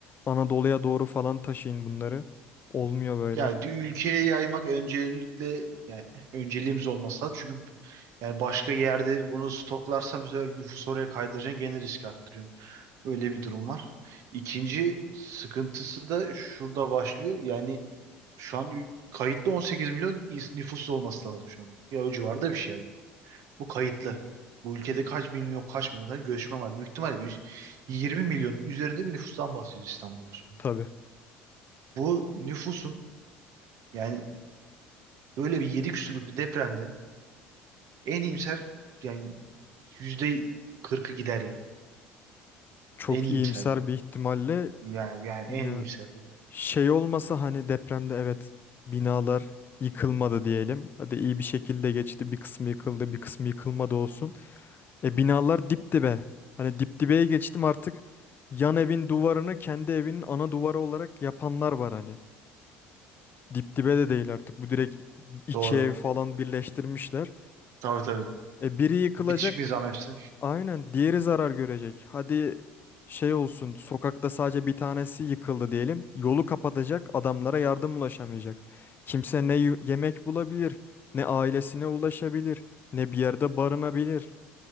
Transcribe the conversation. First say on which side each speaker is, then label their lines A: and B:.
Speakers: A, on the left (about 35°); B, on the right (about 65°).
A: Anadolu'ya doğru falan taşıyın bunları. Olmuyor böyle.
B: Ya dü- ülkeye yaymak öncelikle yani önceliğimiz olması lazım. Çünkü bu- yani başka yerde bunu stoklarsam bu sefer nüfusu oraya kaydıracaksın gene risk arttırıyorsun. Öyle bir durum var. İkinci sıkıntısı da şurada başlıyor. Yani şu an ü- kayıtlı 18 milyon ins- nüfusu olması lazım şu an. Ya o civarda bir şey yani. Bu kayıtlı. Bu ülkede kaç milyon kaç milyon tane göçmen var. Büyük ihtimalle 100 20 milyonun üzerinde bir nüfustan bahsediyoruz İstanbul'da. şimdi.
A: Tabii.
B: Bu nüfusun yani böyle bir 7 küsürlük bir depremde en iyimser yani yüzde 40'ı gider ya.
A: Çok
B: En iyimser
A: iyimser
B: bu da.
A: bir ihtimalle
B: Yani, yani
A: ya
B: en iyimser bu da.
A: Şey olmasa hani depremde evet binalar yıkılmadı diyelim. Hadi iyi bir şekilde geçti. Bir kısmı yıkıldı, bir kısmı yıkılmadı olsun. E binalar dip dibe. Hani dip dibeye geçtim artık yan evin duvarını kendi evinin ana duvarı olarak yapanlar var hani. Dip dibe de değil artık. Bu direkt iki
B: Doğru.
A: ev falan birleştirmişler.
B: Tabii tabii.
A: E biri yıkılacak,
B: Bitişik nizam hepsi.
A: Aynen diğeri zarar görecek. Hadi şey olsun sokakta sadece bir tanesi yıkıldı diyelim. Yolu kapatacak adamlara yardım ulaşamayacak. Kimse ne yu- yemek bulabilir, ne ailesine ulaşabilir, ne bir yerde barınabilir.